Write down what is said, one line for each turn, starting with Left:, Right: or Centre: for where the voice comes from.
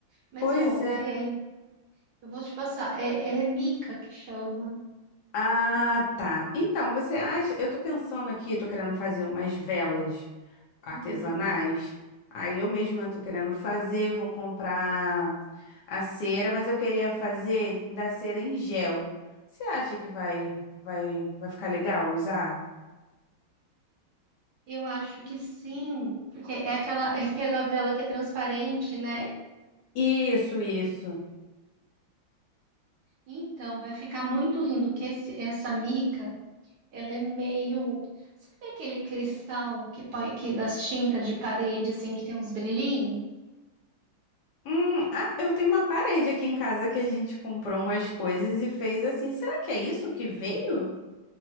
Right: Mas,
Left: Pois
Right: ó,
Left: é.
Right: é, eu vou te passar. É, é Mica que chama.
Left: Ah, tá. Então, você acha? Eu tô pensando aqui, tô querendo fazer umas velas artesanais.
Right: Uhum.
Left: Aí eu mesma tô querendo fazer, vou comprar a cera, mas eu queria fazer da cera em gel. Você acha que vai, vai, vai ficar legal usar?
Right: Eu acho que sim, porque é aquela, é aquela vela que é transparente, né?
Left: Isso, isso.
Right: Então, vai ficar muito lindo que esse- essa Mica, ela é meio... Sabe aquele cristal que põe, que das tintas de parede, assim, que tem uns brilhinhos?
Left: Hum, ah, eu tenho uma parede aqui em casa que a gente comprou umas coisas e fez assim. Será que é isso que veio?